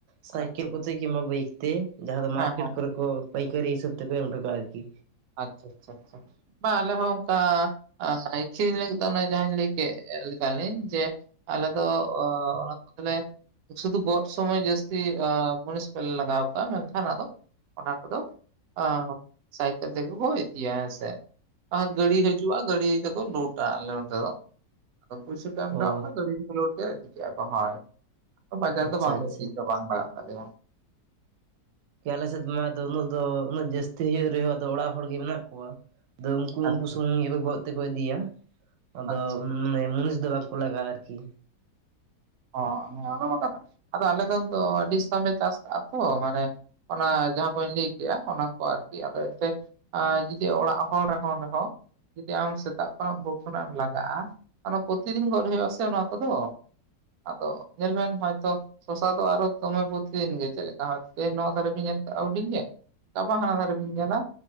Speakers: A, on the right; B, on the right.
A: ᱥᱟ.
B: ᱟᱪᱪᱷᱟ
A: ᱭᱠᱤᱞ
B: ᱟᱪᱪᱷᱟ
A: ᱠᱚᱛᱮ ᱜᱤᱢ ᱟ. ᱜᱩᱭ ᱛᱮ ᱡᱟᱦᱟᱸ ᱫᱚ
B: ᱦᱮᱸ
A: ᱢᱟᱨᱠᱮᱴ
B: ᱦᱮᱸ
A: ᱠᱚᱨᱮ ᱠᱚ ᱯᱟ. ᱭᱠᱟ. ᱨᱤ ᱦᱤᱥᱟᱹᱵ ᱛᱮᱠᱚ ᱮᱢ ᱦᱚᱴᱚ ᱠᱟᱜ-ᱟ ᱟᱨᱠᱤ
B: ᱟᱪᱷᱟ ᱟᱪᱷᱟ ᱟᱪᱷᱟ, ᱵᱟ ᱟᱞᱮ ᱦᱚᱸ ᱚᱱᱠᱟ <unintelligible> ᱞᱟᱹᱜᱤᱫ ᱫᱚ ᱚᱱᱟᱧ ᱡᱟᱦᱟᱸ ᱞᱟᱹᱭ ᱠᱮᱫ ᱞᱮᱠᱟᱤᱧ ᱡᱮ ᱟᱞᱮ ᱫᱚ ᱚᱱᱟ ᱠᱳ ᱜᱤ ᱞᱮ..... ᱥᱩᱫᱷᱩ ᱜᱚᱫ ᱥᱚᱢᱚᱭ ᱡᱟᱹᱥᱛᱤ ᱯᱷᱩᱱᱤᱥ ᱠᱚᱞᱮ ᱞᱟᱜᱟᱣ ᱟᱠᱚᱟᱜᱼᱟ ᱢᱮᱱᱠᱷᱟᱱ ᱟᱫᱚ ᱚᱱᱟ ᱠᱚᱫᱚ ᱚᱸ ᱦᱟᱸ.... ᱠᱟᱛᱮ ᱠᱳᱠᱳ ᱤᱫᱤᱭᱟ ᱦᱮᱸ ᱥᱮ, ᱜᱟᱹᱲᱤ ᱦᱤᱡᱩᱜᱼᱟ ᱜᱟᱹᱲᱤ ᱛᱮᱠᱚ ᱞᱚᱰ-ᱟ ᱟᱞᱮ ᱱᱚᱸᱛᱮ ᱫᱚ᱾ ᱟᱫᱚ ᱯᱩᱭᱥᱟᱹ ᱮᱢ ᱴᱚᱣᱟᱜ
A: ᱚ
B: ᱠᱚᱣᱟ, ᱜᱟᱹᱰᱤ ᱨᱮᱠᱚ ᱞᱳᱴ ᱠᱮᱜ ᱟ ᱤᱫᱤ ᱠᱮᱫ ᱟᱠᱚ ᱦᱳᱭ᱾ ᱵᱟᱡᱟᱨ
A: ᱟᱪᱪᱷᱟ
B: ᱫᱚ ᱵᱟᱝ <unintelligible>
A: ᱟᱪᱪᱷᱟ
B: ᱵᱟᱝ ᱞᱟᱜᱟᱜ ᱛᱟᱞᱮᱭᱟ
A: ᱟᱞᱮᱥᱮᱫ ᱢᱟ ᱟᱫᱚ ᱩᱱᱟᱹᱜ ᱫᱚ ᱩᱱᱟᱹᱜ ᱡᱟᱹᱥᱛᱤ ᱦᱩᱭᱩᱜ ᱨᱮᱦᱚ ᱟᱫᱚ ᱚᱲᱟᱜ ᱦᱚᱲ ᱜᱮ ᱢᱮᱱᱟᱜ ᱠᱳᱣᱟ ᱟᱫᱚ ᱩᱱᱠᱩ
B: ᱟᱪᱪᱷᱟ
A: ᱩᱱᱠᱩ ᱥᱩᱢᱩᱝ ᱜᱮ ᱜᱚᱫ ᱛᱮᱠᱚ ᱤᱫᱤᱭᱟ ᱟᱫᱚ
B: ᱟᱪᱪᱷᱟ
A: ᱢᱟᱱᱮ ᱢᱩᱱᱤᱥ ᱫᱚ ᱵᱟᱝ ᱠᱚ ᱞᱟᱜᱟᱣᱟ ᱟᱨᱠᱤ
B: ᱦᱚᱸ ᱚᱱᱟ ᱢᱟ ᱠᱟᱛᱷᱟ ᱠᱟᱱ ᱜᱮᱭᱟ, ᱟᱫᱚ ᱟᱞᱮ ᱫᱚᱞᱮ <inaudible> ᱪᱟᱥ ᱠᱟᱜᱼᱟ ᱛᱚ ᱢᱟᱱᱮ ᱚᱱᱟ ᱡᱟᱦᱟᱸ ᱠᱚᱧ ᱞᱟᱹᱭ ᱠᱮᱜ-ᱟ ᱚᱱᱟ ᱠᱚ ᱟᱨᱠᱤ ᱟᱫᱚ ᱮᱱᱛᱮᱫ ᱟᱨ ᱡᱩᱫᱤ ᱚᱲᱟᱜ ᱦᱚᱲ ᱨᱮᱦᱚᱸ ᱨᱮᱦᱚᱸ ᱡᱩᱫᱤ ᱟᱢ ᱥᱮᱛᱟᱜ ᱠᱷᱚᱱᱟᱜ ᱵᱷᱳᱨ ᱠᱷᱚᱱᱟᱜ ᱮᱢ ᱞᱟᱜᱟᱜᱼᱟ ᱚᱱᱟ ᱯᱨᱚᱛᱤᱫᱤᱱ ᱜᱚᱫ ᱦᱩᱭᱩᱜ ᱟ ᱥᱮ ᱱᱚᱣᱟ ᱠᱚᱫᱚ ᱟᱫᱚ ᱧᱮᱞ ᱵᱮᱱ ᱦᱚᱭᱛᱚ ᱥᱚᱥᱟ ᱫᱚ ᱟᱨᱚ ᱫᱚᱢᱮ ᱯᱚᱨᱚᱛᱤ ᱫᱤᱱ ᱜᱮ ᱪᱮᱫ ᱞᱮᱠᱟ ᱦᱮᱸᱛᱮᱦᱮᱧ ᱱᱚᱣᱟ ᱫᱷᱟᱨᱮ ᱵᱤᱱ ᱧᱮᱞ ᱠᱮᱫ ᱟ ᱦᱩᱰᱤᱧ ᱜᱮ ᱜᱟᱯᱟ ᱦᱟᱱᱟ ᱫᱷᱟᱨᱮ ᱵᱤᱱ ᱧᱮᱞᱟ